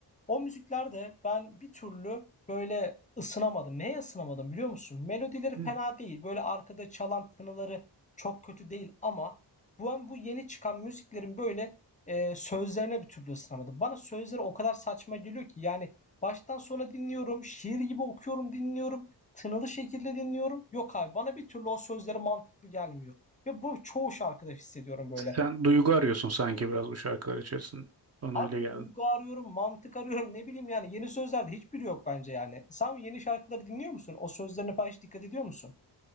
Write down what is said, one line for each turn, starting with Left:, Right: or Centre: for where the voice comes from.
Left: O müziklerde ben bir türlü böyle ısınamadım. Neye ısınamadım biliyor musun? Melodileri
Right: Hı.
Left: fena değil. Böyle arkada çalan tınıları çok kötü değil ama bu an bu yeni çıkan müziklerin böyle e, sözlerine bir türlü ısınamadım. Bana sözleri o kadar saçma geliyor ki yani baştan sona dinliyorum, şiir gibi okuyorum, dinliyorum, tınılı şekilde dinliyorum. Yok abi bana bir türlü o sözleri mantıklı gelmiyor. Ve bu çoğu şarkıda hissediyorum böyle.
Right: Sen duygu arıyorsun sanki biraz bu şarkılar içerisinde. Bana
Left: Abi
Right: öyle geldi.
Left: duygu arıyorum, mantık arıyorum. Ne bileyim yani yeni sözlerde hiçbiri yok bence yani. Sen yeni şarkıları dinliyor musun? O sözlerine falan hiç dikkat ediyor musun?